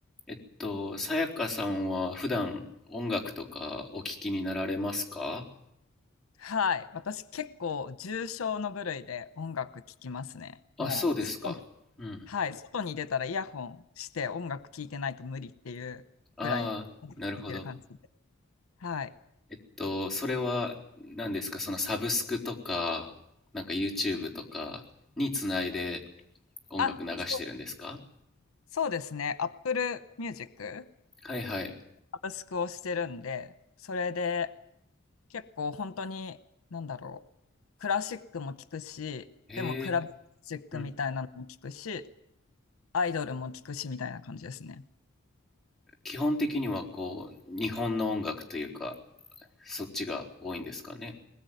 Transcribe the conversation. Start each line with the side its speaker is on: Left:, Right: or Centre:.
Centre: えっと、さやかさんは普段音楽とかお聞きになられますか
Left: はい。私結構重症の部類で音楽聴きますね。
Centre: あ、
Left: もう外に、
Centre: そうですか。うん。
Left: はい。外に出たらイヤホンして音楽聴いてないと無理っていうぐらい音楽聴いてる感じで。
Centre: ああ、なるほど。
Left: はい。
Centre: えっと、それは何ですかそのサブスクとか、なんか YouTube とかにつないで音楽流してるんですか
Left: あ、そう、そうですね。Apple Music、
Centre: はいはい。
Left: サブスクをしてるんで、それで結構本当に、なんだろう。クラシックも聴くし、
Centre: へえ、
Left: でもクラブミュージックみたいなのも聴くし、
Centre: うん。
Left: アイドルも聴くしみたいな感じですね。
Centre: 基本的にはこう、日本の音楽というか、そっちが多いんですかね。